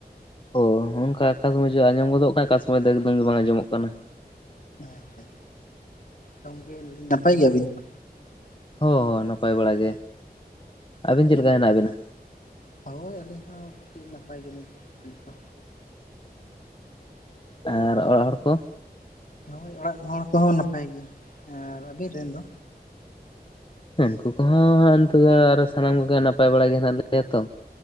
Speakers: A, on the left; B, on the left.
A: ᱚ ᱚᱱᱠᱟ ᱟᱠᱟ ᱥᱚᱢᱚᱭ ᱡᱮ ᱟᱸᱡᱚᱢ ᱜᱚᱫᱚᱜ ᱠᱟᱱᱟ ᱟᱠᱟ ᱥᱚᱢᱚᱭ ᱫᱚ ᱮᱠᱫᱚᱢ ᱜᱮ ᱵᱟᱝ ᱟᱸᱡᱚᱢᱚᱜ ᱠᱟᱱᱟ᱾
B: ᱟᱪᱪᱷᱟ, ᱜᱚᱝᱠᱮ ᱱᱟᱯᱟᱭ ᱜᱮᱭᱟᱵᱤᱱ ᱛᱚ?
A: ᱦᱚᱸ ᱦᱚᱸ ᱱᱟᱯᱟᱭ ᱵᱟᱲᱟ ᱜᱮ᱾ ᱟᱹᱵᱤᱱ ᱪᱮᱫ ᱞᱮᱠᱟ ᱦᱮᱱᱟᱜ ᱵᱮᱱᱟ?
B: ᱦᱳᱭ, ᱟᱹᱞᱤᱧ ᱦᱚᱸ ᱠᱟᱹᱴᱤᱡ ᱱᱟᱯᱟᱭ ᱜᱮᱞᱤᱧ ᱱᱤᱛ ᱫᱚ᱾
A: ᱟᱨ ᱚᱲᱟᱜ ᱦᱚᱲ ᱠᱚ?
B: ᱦᱳᱭ, ᱚᱲᱟᱜ ᱦᱚᱲ ᱠᱚᱦᱚᱸ ᱱᱟᱯᱟᱭ ᱜᱮ, ᱟᱨ ᱟᱹᱵᱤᱱ ᱨᱮᱱ ᱫᱚ?
A: ᱩᱱᱠᱩ ᱠᱚᱦᱚᱸ ᱤᱱᱠᱟᱹ ᱜᱮ, ᱟᱨ ᱥᱟᱱᱟᱢ ᱠᱚᱜᱮ ᱱᱟᱯᱟᱭ ᱵᱟᱲᱟ ᱜᱮ ᱦᱮᱱᱟᱜ ᱞᱮᱭᱟ ᱛᱚ᱾